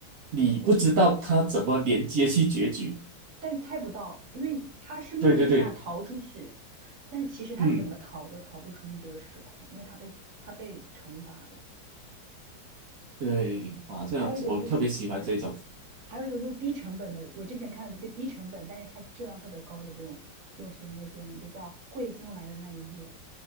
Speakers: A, on the right; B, on the right.
A: 你不知道它怎么连接去结局。
B: 我但是猜不到，因为他是目的下逃出去，
A: 对对对，
B: 但其实他怎么逃都逃不出去这个时空，
A: 嗯，
B: 因为他被他被惩罚了。
A: 对，啊，这样子我特别喜欢这种。
B: 还有一种就是对，还有一种就是低成本的，我之前看了一个低成本，但是它质量特别高的这种这种悬疑类电影，就叫《彗星来的那一夜》，